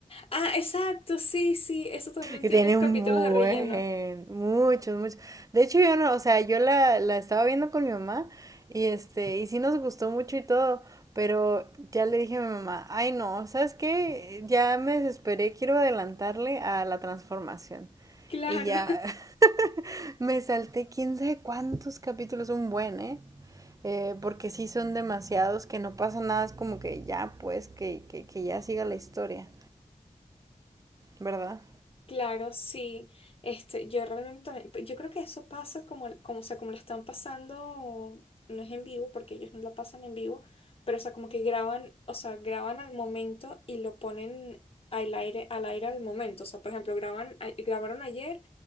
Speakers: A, on the left; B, on the right.
A: Ah, exacto, sí, sí, eso también
B: Y
A: tiene
B: tiene
A: capítulos
B: un buen,
A: de relleno.
B: muchos, muchos. De hecho, yo no, o sea, yo la, la estaba viendo con mi mamá y este, y sí nos gustó mucho y todo, pero ya le dije a mi mamá, ay no, ¿sabes qué? Ya me desesperé, quiero adelantarle a la transformación.
A: Claro.
B: Y ya, <laughs> Me salté quién sabe cuántos capítulos, un buen, ¿eh? Eh, porque sí son demasiados, que no pasa nada, es como que ya, pues, que, que, que ya siga la historia, ¿verdad?
A: Claro, sí. Este, yo realmente también- pues, yo creo que eso pasa como, el- como, o sea, como lo están pasando, no es en vivo, porque ellos no lo pasan en vivo, pero o sea, como que graban, o sea, graban al momento y lo ponen al aire, al aire al momento. O sea, por ejemplo, graban, a- grabaron ayer